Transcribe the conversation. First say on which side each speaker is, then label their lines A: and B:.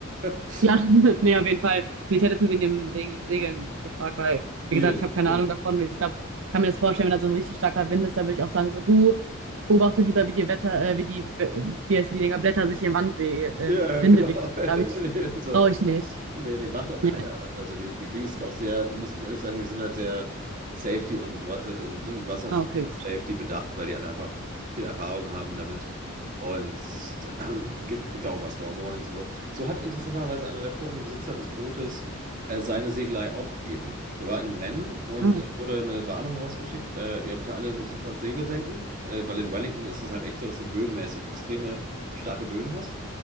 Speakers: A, on the right; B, on the right.
A: <laughs>
B: Klar, <laughs> nee, auf jeden Fall. Nee, Ich hätte jetzt nur wegen dem, wegen dem Segeln gefragt, weil,
A: Nee,
B: wie gesagt,
A: das
B: ich
A: ist
B: habe keine
A: schon
B: Ahnung davon. Ich glaube, kann mir das vorstellen, wenn da so ein richtig starker Wind ist, dann würde ich auch sagen, so du, ich beobachte lieber, wie die Wetter, äh, wie die, äh, wie heißen die Dinger, Blätter sich im Wand we ähm,
A: Ja,
B: Winde
A: genau.
B: weh.
A: <laughs> Nee,
B: Da ich,
A: nee, so.
B: brauche ich nicht.
A: Nee, nee, macht auch keiner.
B: Nee.
A: Also die, die Kiwis sind auch sehr, muss ich ehrlich sagen, die sind halt sehr Safety und Wa- äh, ne, Wassersport-Safety
B: Ah, okay,
A: bedacht, weil die halt einfach viel Erfahrung haben damit. Und es <clears throat> ähm, gibt, gibt auch immer Storm-Warnings und so. So hat interessanterweise einer der vorigen Besitzer des Bootes äh, seine Segelei aufgegeben. Der war in einem Rennen und
B: Ah,
A: da wurde eine Warnung rausgeschickt, äh, ja bitte alle sofort Segel senken, äh, weil in Wellington ist es halt echt so, dass du böenmäßig extreme starke Böen hast.